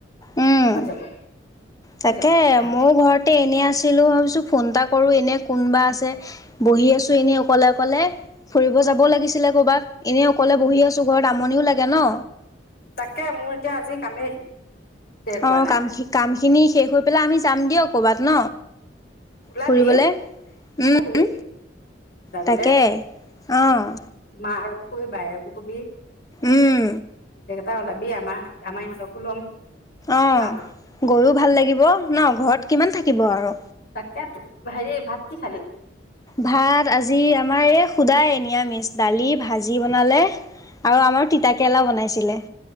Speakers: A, on the left (about 20°); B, on the left (about 60°).
A: উম
B: হৈ যাব হৈ
A: তাকে
B: যাব তেতিয়া।
A: মোৰ ঘৰতে এনে আছিল। ভাবিছোঁ ফোন এটা কৰো এত- এনে কোনোবা আছে বহি আছো এনে অকলে অকলে ফুৰিব যাবও লাগিছিলে কৰবাত এনে অকলে বহি আছো ঘৰত আমনিও লাগে ন।
B: তাকে মোৰ এতিয়া আজি কামেই শেষ। হোৱা
A: অ
B: নাই।
A: কাম কামখিনি শেষ হৈ পেলাই আমি যাম দিয়ক কবাত ন।
B: উলাবী
A: ফুৰিবলে উম।
B: উলাবী যাবলে
A: তাকে। অ',
B: মা ৰক কবি বাইৰকো কবি
A: উম,
B: গোটেইকেইটা ওলাবি আমাৰ আমাৰ ইহঁতকো লম।
A: অ
B: ন
A: গৈও ভাল লাগিব ন ঘৰত কিমান থাকিব আৰু
B: ইয়াতো হেৰি ভাত কি খালি?
A: ভাত আজি আমাৰ এই শুদায় নিৰামিষ দালি ভাজি ব- বনালে আৰু আমাৰ তিতা কেৰেলা বনাইছিলে।